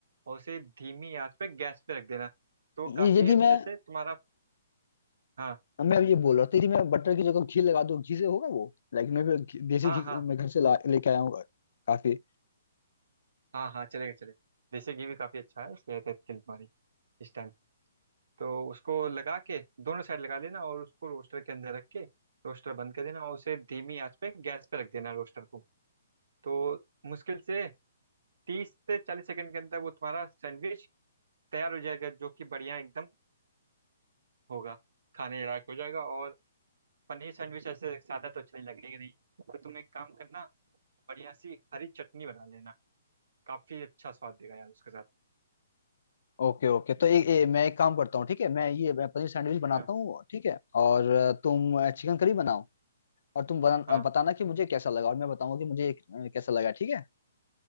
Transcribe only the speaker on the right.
और उसे धीमी आंच पे गैस पे रख देना तो
काफ़ी
अच्छे
से तुम्हारा हाँ
हाँ
हाँ
हाँ हाँ चलेगा चलेगा देसी घी भी काफ़ी अच्छा है सेहत है के लिए हमारी इस टाइम तो उसको लगा के दोनों साइड लगा लेना और उसको रोस्टर के अंदर रख के रोस्टर बंद कर देना और उसे धीमी आंच पे गैस पे रख देना रोस्टर को तो मुश्किल से तीस से चालीस सेकंड के अंदर वो तुम्हारा सैंडविच तैयार हो जाएगा जो कि बढ़िया एकदम होगा खाने लायक हो जाएगा और पनीर सैंडविच ऐसे सादा तो अच्छा नहीं लगेगा नहीं तो तुम एक काम करना बढ़िया सी हरी चटनी बना लेना काफ़ी अच्छा स्वाद देगा यार उसके साथ
हाँ
हाँ